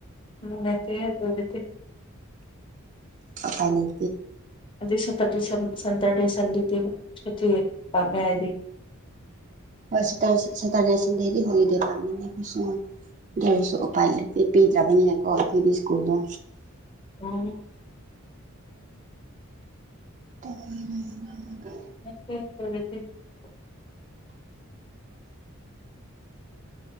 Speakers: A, on the left; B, on the right.
A: ꯗ ꯑꯣꯏꯔꯗꯤ
B: ꯑꯣꯥꯏꯅꯤ
A: ꯑꯗꯨꯙꯛ ꯁꯇꯔꯗꯤ ꯁꯟꯇꯔꯅꯤ ꯁꯟꯗꯤꯤꯤ ꯄꯥꯝꯃꯦ ꯍꯥꯏꯗꯤ
B: ꯍꯣꯏ ꯁꯦꯇ ꯁꯦꯇꯔꯗꯦ ꯍꯣꯗꯦ ꯄꯥꯝꯅꯦ ꯀ ꯗꯁꯨ ꯎꯄꯥꯏ ꯂꯩꯇꯦ ꯄꯤꯗ꯭ꯔꯕꯅꯤꯅ ꯀꯣꯜꯈꯗꯤ ꯁ꯭ꯀꯨꯜꯗꯣ
A: ꯎꯝ
B: ꯎꯝ
A: ꯑꯦꯂ